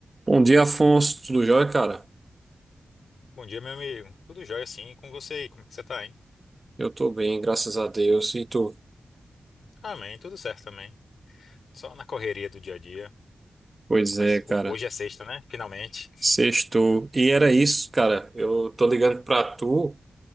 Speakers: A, on the right; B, on the left.
A: Bom dia, Afonso. Tudo jóia, cara?
B: Bom dia, meu amigo. Tudo jóia, sim. E com você aí? Como é que você tá, hein?
A: Eu tô bem, graças a Deus. E tu?
B: Amém, tudo certo também. Só na correria do dia a dia.
A: Pois
B: Mas
A: é, cara.
B: hoje é sexta, né? Finalmente.
A: Sextou. E era isso, cara. Eu tô ligando pra tu,